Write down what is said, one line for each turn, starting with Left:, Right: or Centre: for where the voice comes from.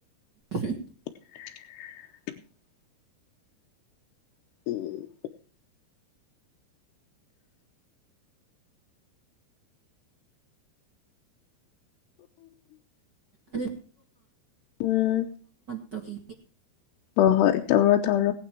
Right: ꯦ
Left: <inaudible> ꯎꯝ
Right: ꯑꯣ
Left: ꯎꯝ
Right: ꯇ ꯀꯦ
Left: ꯍꯣꯏ ꯍꯣꯏ ꯇꯧꯔꯣ ꯇꯧꯔꯣ